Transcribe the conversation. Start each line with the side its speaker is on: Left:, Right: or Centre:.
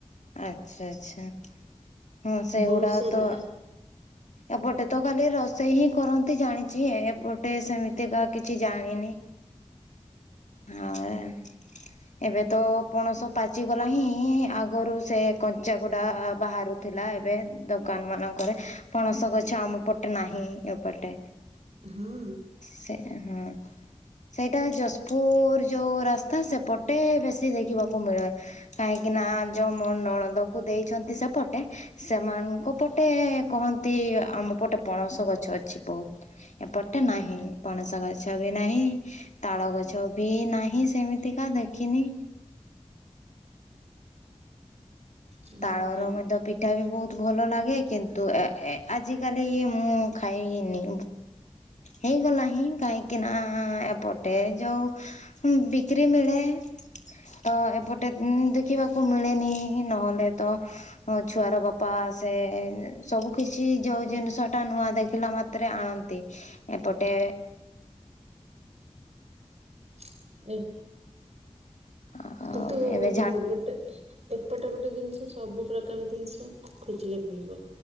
Left: ଆଛା, ଆଛା। ହଁ ସେଗୁଡା
Right: ବହୁତ ସାରା
Left: ତ। ଏପଟେ ତ କାଲି ରୋଷେଇ ହିଁ କରନ୍ତି ଜାଣିଛି ଏପଟେ ସେମିତିକାହା କିଛି ଜାଣିନି। ହଁ <unintelligible> ଏବେ ତ ପଣସ ପାଚିଗଲା ହିଁ ଆଗରୁ ସେ କଞ୍ଚାାଗୁଡା ବାହାରୁଥିଲା ଏବେ ଦୋକାନ ମାନଙ୍କରେ, ପଣସ ଗଛ ଆମ ନାହିଁ ଏପଟେ।
Right: ହଁ।
Left: ସେ ହୁଁ ସେ ଏଇଟା ଯାଜପୁର ଯେଉଁ ରାସ୍ତା, ସେପଟେ ବେଶୀ ଦେଖିବାକୁ ମିଳେ। କାହିଁକି ନା ଯୋଉ ମ ନଣଦକୁ ଦେଇଛନ୍ତି ସେପଟେ, ସେମାନଙ୍କୁ ପଟେ କହନ୍ତି ଆମ ପଟେ ପଣସ ଗଛ ଅଛି ବହୁତ। ଏପଟେ ନାହିଁ, ପଣସ ଗଛ ବି ନାହିଁ। ତାଳ ଗଛ ବି ନାହିଁ ସେମିତିକା ଦେଖିନି।
Right: ହୁଁ
Left: ତାଳ
Right: ହଁ
Left: ର ମଧ୍ୟ ପି ଠା ବି ବହୁତ ଭଲ ଲାଗେ କିନ୍ତୁ ଆଜି କାଲି ମୁଁ ଖାଇନି। ହେଇଗଲା ହିଁ କାହିଁକିନା ଏପଟେ ଯେଉଁ ହଁ ବିକ୍ରି ମିଳେ ତ ଏପଟେ ଦେଖିବାକୁ ମିଳେନି। ନହଲେ ତ ହଁ ଛୁଆର ବାପା ସେ ସବୁ କିଛି, ଯୋଉ ଜିନିଷ ଟା ନୂଆ ଦେଖିଲା ମା ରେ ଆଣନ୍ତି ଏପଟେ
Right: <unintelligible>
Left: ଆଉ
Right: କିନ୍ତୁ
Left: ଏବେ
Right: ଏବେତ ଏପଟେ ଗୋଟେ ଜିନିଷ ସବୁ ପ୍ରକାର ଜିନିଷ ଖୋଜିଲେ ମିଳିବ।